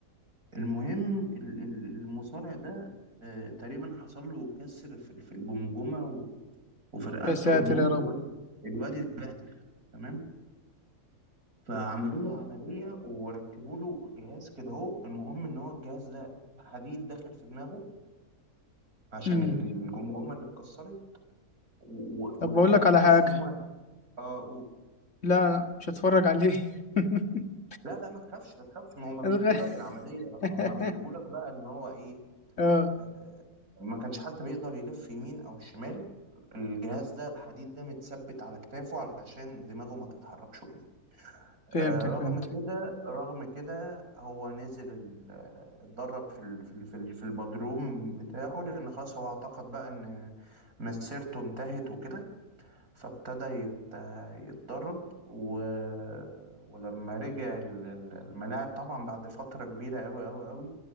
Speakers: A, on the right; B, on the left.
A: المهم ال- ال- المصارع ده آه، تقريبا حصل له كسر في في الجمجمة و- وفي رقبته
B: يا ساتر
A: المهم
B: يا رب
A: الواد الواد اتبهدل تمام فعملوا له عملية وركبوا له جهاز كده اهو المهم ان هو الجهاز ده حديد داخل في دماغه عشان
B: امم
A: ال- الجمجمة اللي اتكسرت و- و- و-
B: طب بقول لك
A: وتحس
B: على حاجة
A: ان هو اه و...
B: لا لا مش هتفرج عليه <laughs>
A: لا لا ما تخافش ما تخافش ما هم
B: الغ-
A: مش بيجيبوا لك العملية
B: <laughs>
A: هم بيجيبوا لك بقى ان هو ايه
B: اه
A: آه، ما كانش حتى بيقدر يلف يمين او شمال الجهاز ده الحديد ده متثبت على كتافه علشان دماغه ما تتحركش وكده
B: فهمتك
A: آه، رغم
B: فهمتك
A: كده رغم كده هو نزل ال- اتدرب في ال- في ال- في ال- في البدروم بتاعه لان خلاص هو اعتقد بقى ان مسيرته انتهت وكده فابتدى يت- يتدرب و... ولما رجع ال- ال- الملاعب طبعا بعد فترة كبيرة قوي قوي قوي